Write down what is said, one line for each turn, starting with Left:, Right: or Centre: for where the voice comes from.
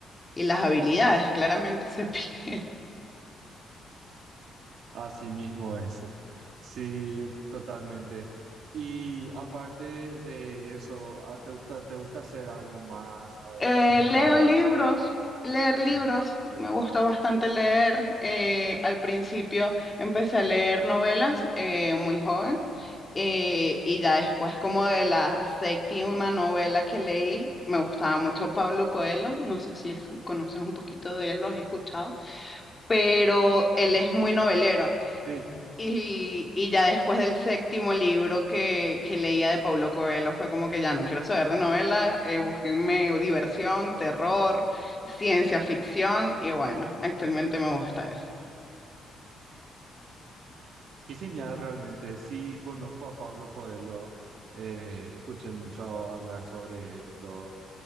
Left: y las habilidades claramente se <laughs> pierden.
Right: Así mismo ese. Sí, totalmente. Y aparte de eso, ah, ¿te gusta, te gusta hacer algo más? Ah,
Left: Eh,
Right: ¿Pintas
Left: leo libros,
Right: o algo?
Left: leer libros,
Right: Eh, bailar.
Left: me gusta bastante leer. eh, al principio empecé a leer novelas eh, muy joven eh, y ya después como de la séptima novela que leí, me gustaba mucho Pablo Coelho, no sé si es- conoces un poquito de él, lo has escuchado, pero él es muy novelero.
Right: Sí,
Left: Y, y ya después del séptimo libro que, que leía de Paulo Coelho fue como que ya no quiero saber de novela, eh, búsquenme diversión, terror, ciencia ficción y bueno, actualmente me gusta eso.
Right: qué genial realmente. Sí, conozco a Pablo Coelho. eh, escuché mucho hablar sobre él y todo.